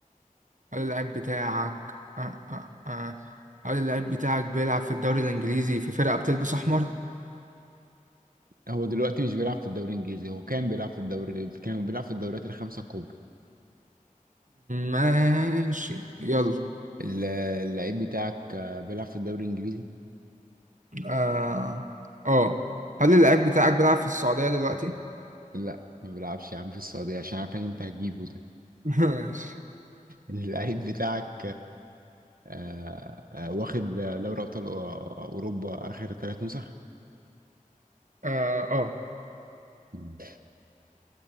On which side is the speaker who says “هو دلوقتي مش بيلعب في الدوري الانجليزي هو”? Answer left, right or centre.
Right